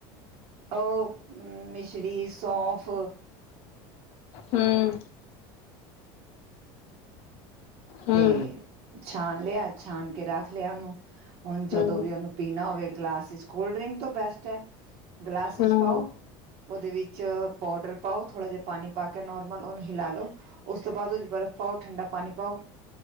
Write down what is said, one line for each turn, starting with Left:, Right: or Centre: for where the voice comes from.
Right: ਉਹ ਮਿਸਰੀ ਸੋਫ
Left: ਹਮ ਹੂੰ
Right: ਤੇ ਛਾਣ ਲਿਆ ਛਾਂ ਰੱਖ ਲਿਆ ਉਹਨੂੰ ਉਹਨਾਂ ਨੂੰ ਜਦੋਂ
Left: ਹੂੰ
Right: ਵੀ ਪੀਣਾ ਹੋਵੇ ਗਲਾਸ ਕੋਲਡਰਿੰਗ ਤੋਂ ਬੈਸਟ ਹੈ ਗਲਾਸ
Left: ਹੂੰ
Right: ਵਿੱਚ ਪਾਓ ਉਹਦੇ ਵਿੱਚ ਪਾਊਡਰ ਪਾਓ ਥੋੜਾ ਜਿਹਾ ਪਾਣੀ ਪਾ ਕੇ ਨੋਰਮਲ ਉਹਨੂੰ ਹਿਲਾ ਲਓ ਉਸ ਤੋਂ ਬਾਅਦ ਬਰਫ ਪਾਓ ਠੰਡਾ ਪਾਣੀ ਪਾਓ